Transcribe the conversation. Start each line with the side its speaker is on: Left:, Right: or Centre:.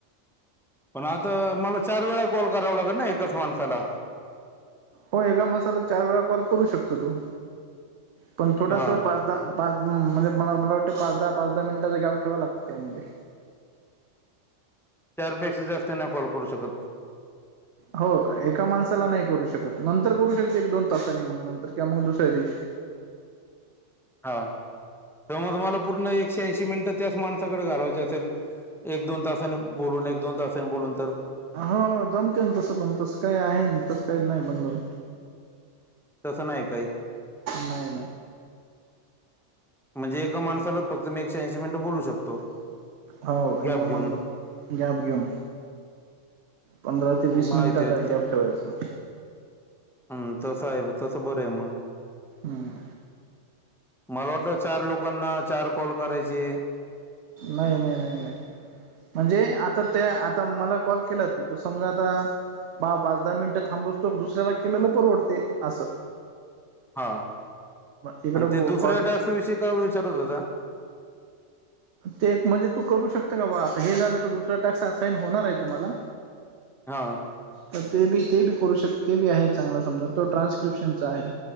Centre: पण आता, मला चार वेळा कॉल कराव लागन एकाच माणसाला.
Right: हो एका माणसाला चार वेळा कॉल करू शकतो तो. पण थोडसं,
Centre: हा
Right: पाच-दहा पाच उं्म म्हणजे मला मला वाटतं पाच-दहा पाच-दहा मिंनटचा ग्याप ठेवाव लागतं त्यामध्ये.
Centre: चारपेक्षा जास्त नाई कॉल करू शकत.
Right: हो. एका माणसाला नाई करू शकत. नंतर करू शकते एक-दोन तासानी मग नंतर किंवा मग दुसऱ्या दिवशी.
Centre: हा. त मग मला पूर्ण एकशे ऐंशी मिनटं त्याच माणसाकडं घालावायचे असेल. एक दोन तासाने बोलून, एक दोन तासाने बोलून तर.
Right: हो.. जमतंय न ‌तसं पण तसं काही आहे तसं काही नाही बंधन.
Centre: तसं नाही काही.
Right: नाय नाय.
Centre: म्हणजे एका माणसाला फक्त मी एकशे ऐंशी मिनटं बोलू शकतो.
Right: हो
Centre: गॅप
Right: एकका मंतात
Centre: घेऊन
Right: गॅप घेऊन पंधरा ते
Centre: माहिती
Right: वीस मिनिटाचा
Centre: आहे
Right: गॅप ठेवायचा
Centre: हम् तस साहेब तस बर आहे मग
Right: हम्म
Centre: मला वाटलं चार लोकांना चार कॉल करायचे
Right: बाई बाई बाई बाई म्हणजे आता त्या आता मला कॉल केला तू त समजा आता बा पाच दहा मिनिटं थांबसतो दुसऱ्याला केलेलं परवडते असं
Centre: हा
Right: इकडं
Centre: आणि ते
Right: बो
Centre: दुसऱ्या
Right: कॉल
Centre: टॅक्स विषयी काय विचारत होता
Right: ते एक म्हणजे तू करू शकत का बा आता हे झालं तर दुसरा टास्क असाईन होणार आहे तुम्हाला
Centre: हा
Right: तर ते बी ते बी करू शक ते बी आहे चांगला समजा तो ट्रान्स्क्रिप्शनचा आहे